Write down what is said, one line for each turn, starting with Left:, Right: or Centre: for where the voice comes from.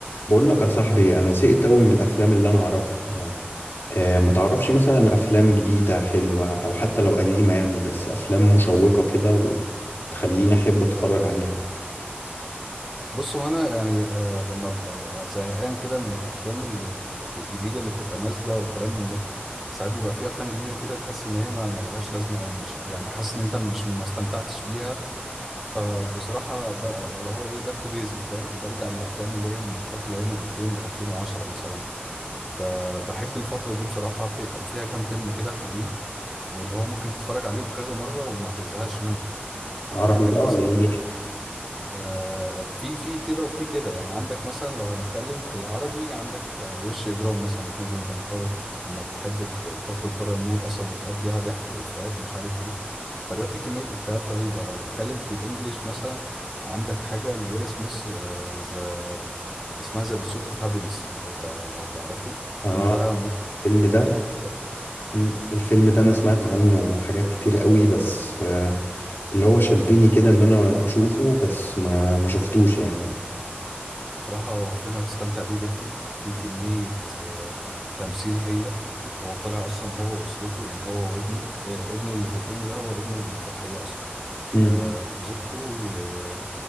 Left: بقول لك يا صاحبي انا زهقت قوي من الافلام اللي انا اعرفها آه، ما تعرفش مثلا افلام جديده حلوه او حتى لو قديمه يعني بس افلام مشوقه كده وتخليني احب اتفرج عليها
Centre: بص هو انا يعني آه لما ببقى زهقان كده من الافلام اللي الجديده اللي بتبقى نازله وكلام من ده ساعات بيبقى في افلام جديده كده تحس ان هي ما ملهاش لازمه او مش يعني حاسس ان انت مش ما استمتعتش بيها فبصراحه ب- يعني اللي هو ايه باك تو بيزك فاهم برجع للافلام اللي هي من الفتره اللي هي من 2000 ل 2010 مثلا ب- بحب الفتره دي بصراحه في كان فيها كام فيلم كده حلوين اللي هو ممكن تتفرج عليهم كذا مره وما تزهقش منهم
Left: عربي
Centre: يعني عندك
Left: بقى
Centre: مثلا
Left: ولا انجليش
Centre: آه، في في كده وفي كده يعني عندك مثلا لو هنتكلم في العربي عندك آه، وش اجرام مثلا لمحمد هنيدي لما تحب لما تحب ت- تخرج بره المود اصلا وتقضيها ضحك وافيهات ومش عارف ايه فده في كميه افيهات رهيبه لو نتكلم في الانجليش مثلا عندك حاجه لويل سميث آه، ذا اسمها ذا بيرسوت اوف هابينس لو تع- لو تعرفه
Left: اه
Centre: الفيلم ده مم-
Left: الفيلم
Centre: ممتع
Left: ده
Centre: جدا
Left: مم، الفيلم ده انا سمعت عنه حاجات كتيره قوي بس آه، اللي هو شدني كده ان انا اشوفه بس ما ما شفتوش يعني
Centre: صراحة هو فيلم هتستمتع بيه جدا في كمية آه، تمثيل هايلة هو طالع أصلا هو وأسرته يعني هو وابنه آه، ابنه اللي في الفيلم ده هو ابنه اللي في الحقيقة أصلا
Left: مم.
Centre: آه، وزوجته آه،